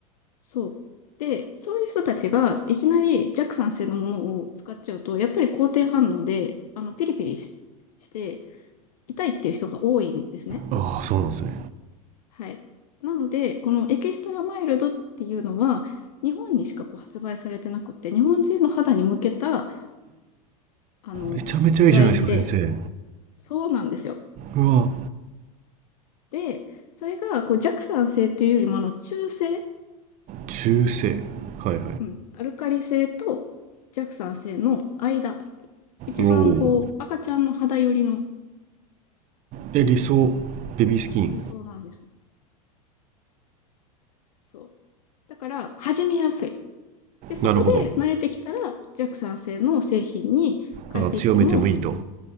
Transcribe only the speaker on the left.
そう。で、そういう人たちがいきなり弱酸性のものを使っちゃうと、やっぱり肯定反応で、あの、ピリピリしして、痛いっていう人が多いんですね。
はい。なので、このエキストラマイルドっていうのは、日本にしかこう発売されてなくて、日本人の肌に向けた、あの、
ラインで、そうなんですよ。
で、それが、こう、弱酸性というよりも、あの、中性、
うん、アルカリ性と弱酸性の間、一番、
こう、赤ちゃんの肌寄りの
理想なんです。そう。だから、始めやすい。で、そこで慣れてきたら、
弱酸性の製品に変えていっても、